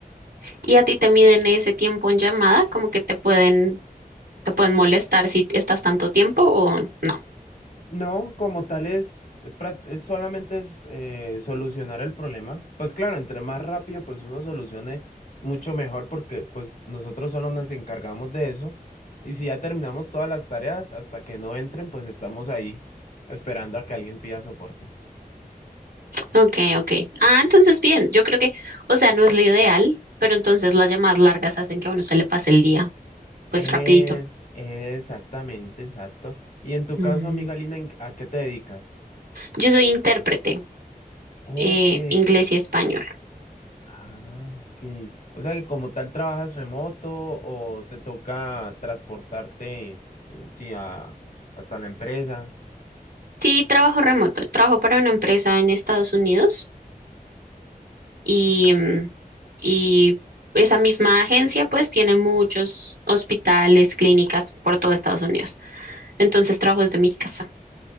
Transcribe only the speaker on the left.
No, como tal es, eh, prá- es solamente es eh, solucionar el problema. Pues claro, entre más rápido pues uno solucione, mucho mejor porque pues nosotros solo nos encargamos de eso. Y si ya terminamos todas las tareas, hasta que no entren, pues estamos ahí esperando a que alguien pida soporte.
Es,
exactamente, exacto. Y en tu
caso, amiga Lina, ¿en qué- ¿a qué te dedicas?
Ok.
Ah, ok. O sea que como tal trabajas remoto o te toca transportarte, eh, sí, a, hasta la empresa.